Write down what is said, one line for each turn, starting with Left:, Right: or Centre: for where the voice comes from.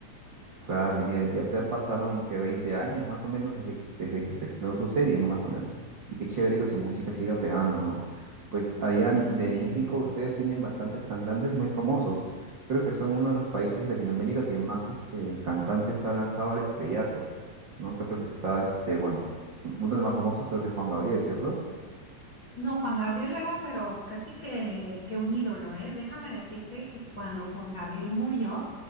Right: Claro, y mira, ya, ya pasaron que 20 años más o menos desde que, desde que se estrenó su serie, más o menos. Y qué chévere que su música siga pegando, ¿no? Pues allá
Left: Sí,
Right: en- de
Left: muchísimo.
Right: México ustedes tienen bastantes cantantes muy famosos. Creo que son uno de los países de Latinoamérica que más este, cantantes ha lanzado al estrellato, ¿no? Creo que está, este, bueno, uno de los más famosos creo que es Juan Gabriel, ¿cierto?
Left: No, Juan Gabriel era, pero casi que, que un ídolo, ¿eh? Déjame decirte que cuando Juan Gabriel murió,